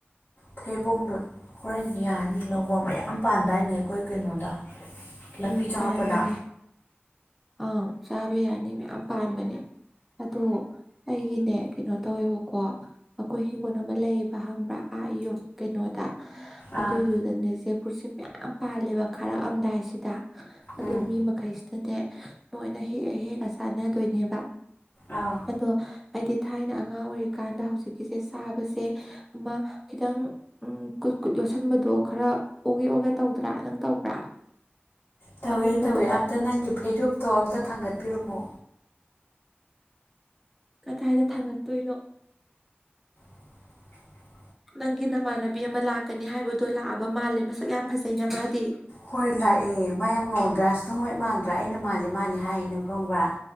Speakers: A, on the left; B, in the centre.
A: ꯊꯩꯕꯣꯡꯗꯣ ꯍꯣꯔꯦꯟꯗꯤ ꯌꯥꯅꯤ ꯂꯧꯕ ꯃꯌꯥꯝ ꯄꯥꯟꯗꯥꯏꯅꯦ ꯑꯩꯈꯣꯏ ꯀꯩꯅꯣꯗ ꯂꯝꯕꯤ
B: ꯎꯝ
A: ꯆꯪꯉꯛꯄꯗ
B: ꯄꯥꯟꯕꯅꯦ ꯑꯪ ꯆꯥꯕ ꯌꯥꯅꯤ ꯃꯌꯥꯝ ꯄꯥꯟꯕꯅꯦ ꯑꯗꯣ ꯑꯩꯒꯤꯅꯦ ꯀꯩꯅꯣ ꯇꯧꯋꯦꯕꯀꯣ ꯑꯩꯈꯣꯏ ꯍꯤꯡꯒꯣꯜ ꯑꯃ ꯂꯩꯌꯦꯕ ꯍꯪꯕ꯭ꯔꯥ ꯑꯥ ꯌꯨꯝ ꯀꯩꯅꯣꯗ ꯑꯗꯨꯏꯗꯨꯗꯅꯦ
A: ꯑꯥ
B: ꯄꯨꯔꯁꯦꯝ ꯃꯌꯥꯝ ꯄꯥꯜꯂꯦꯕ ꯈꯥꯔꯛꯑꯝꯗꯥꯏꯁꯤꯗ ꯑꯗꯣ
A: ꯎꯝ
B: ꯃꯤ ꯑꯃꯥ ꯍꯩꯁꯇꯅꯦ ꯂꯣꯏꯅ ꯍꯦꯛꯑ ꯍꯦꯛꯑ ꯆꯥꯟꯅꯗꯣꯏꯅꯦꯕ
A: ꯑꯥ
B: ꯑꯗꯣ ꯑꯩ ꯗꯤ ꯊꯥꯏꯅ ꯑꯉꯥꯡ ꯑꯣꯏꯔꯤꯀꯥꯟꯗ ꯍꯧꯖꯤꯛꯀꯤꯁꯦ ꯆꯥꯕꯁꯦ ꯑꯃꯥ ꯈꯤꯇꯪ ꯎꯝ ꯀꯨꯠ ꯀꯨꯠ ꯌꯣꯠꯁꯤꯟꯕꯗꯣ ꯈꯔ ꯑꫭꯒꯦ ꯑꯣꯒꯦ ꯇꯧꯗ꯭ꯔꯥ ꯅꯪ ꯇꯧꯕ꯭ꯔꯥ?
A: ꯇꯧꯋꯦ
B: ꯑꯃꯨꯟꯕꯗꯣ
A: ꯇꯧꯋꯦ ꯑꯝꯇ ꯅꯪꯒꯤ ꯐꯩꯖꯣꯨꯞꯇꯣ ꯑꯝꯇ ꯊꯥꯡꯒꯠꯄꯤꯔꯝꯃꯣ?
B: ꯀꯗꯥꯏꯗ ꯊꯥꯡꯒꯠꯇꯣꯏꯅꯣ
A: <inaudible>
B: ꯅꯪꯒꯤ ꯅꯃꯥꯟꯅꯕꯤ ꯑꯃ ꯂꯥꯛꯀꯅꯤ ꯍꯥꯏꯕꯗꯣ ꯂꯥꯛꯑꯕ ꯃꯥꯜꯂꯦ ꯃꯁꯛ ꯌꯥꯝ ꯐꯖꯩꯅ ꯃꯥꯗꯤ
A: ꯍꯣꯏ ꯂꯥꯛꯑꯦ ꯃꯥ ꯌꯥꯝ ꯉꯧꯗ꯭ꯔꯥ ꯁꯅꫭ ꯍꯋꯥꯠ ꯃꯥꯟꯗ꯭ꯔꯥ ꯑꯩꯅ ꯃꯥꯜꯂꯦ ꯃꯥꯜꯂꯦ ꯍꯥꯏꯌꯦꯅ ꯈꯪꯕ꯭ꯔꯥ?